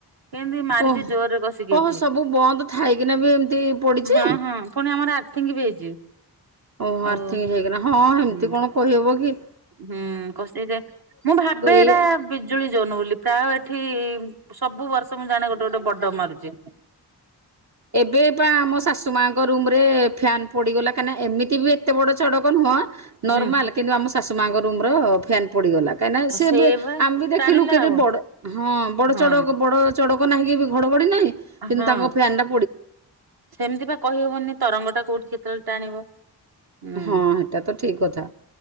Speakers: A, on the right; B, on the right.
A: କେମିତି ମାରି
B: ଓହ
A: <inaudible> ଜୋରରେ କଷିକି
B: ଓହୋ
A: ଏଠି,
B: ସବୁ ବନ୍ଦ ଥାଇକିନା ବି ଏମିତି ପଡିଛି
A: ହୁଁ-ହୁଁ ପୁଣି ଆମର ଆର୍ଥିଙ୍ଗ୍ ବି ହେଇଛି।
B: ଓହୋଃ
A: ଆଉ
B: ଆର୍ଥିଙ୍ଗ ହେଇକିନା, ହଁ ହେମିତି
A: ହୁଁ
B: କଣ କହି ହବକି।
A: ହୁଁ, କଷିକିଯେ ମୁଁ ଭାବେ ଏଇଟା
B: ଏ
A: ବିଜୁଳି ଜୋନ୍ ବୋ ଲି, ପ୍ରାୟ ଏଠି ସବୁ ବର୍ଷ ମୁଁ ଜାଣେ ଗୋଟେ ଗୋଟେ ବଡ ମାରୁଚି।
B: ଏବେ ପା ଆମ ଶାଶୁମାଆଙ୍କ ରୁମରେ ଫ୍ୟାନ୍ ପୋଡିଗଲା କାଇଁନା ଏମତି ବି ଏତେ ବଡ ଚଡକ ନୁହଁ,
A: ହୁଁ
B: ନର୍ମାଲ କିନ୍ତୁ ଆମ ଶାଶୁମାଆଙ୍କ ରୁମର ଫ୍ୟାନ ପୋଡିଗଲା। କାହିଁକିନା ସେବି
A: ସେ ବା
B: ଆମେ ବି ଦେଖିଲୁ
A: ଟାଣିଲା
B: କେଡେବଡ
A: ଆଉ
B: ହଁ ବଡ
A: ହଁ
B: ଚଡକ ବଡ ଚଡ଼କ <inaudible> ନାହିଁ କି ଘଡଘଡି ନାହିଁ କିନ୍ତୁ
A: ହଁ
B: ତାଙ୍କ ଫ୍ୟାନଟା
A: ସେମିତି ପା କହିହବନି ତରଙ୍ଗଟା କୋଉଠି କେତେବେଳେ ଟାଣିବ। ହୁଁ
B: ହଁ, ହେଟା ତ ଠିକ୍ କଥା